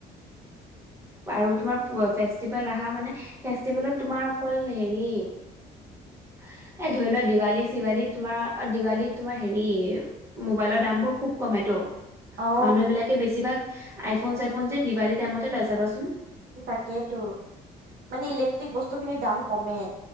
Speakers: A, on the right; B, on the right.
A: বাৰু তোমাৰ, ফেষ্টিভেল আহা মানে, ফেষ্টিভেলত তোমাৰ অকল হেৰি। এ ধৰি লোৱা দিৱালী-চিৱালী তোমাৰ, অ', দিৱালী তোমাৰ হেৰি মোবাইলৰ দাম দামবোৰ খুব কমেটো।
B: অ
A: মানুহবিলাকে বেছিভাগ, আইফোন-চাইফোন যে দিৱালী টাইমতে লয় চাবাচোন।
B: তাকেইতো মানে, ইলেক্ট্ৰিক বস্তুখিনিৰ দাম কমে।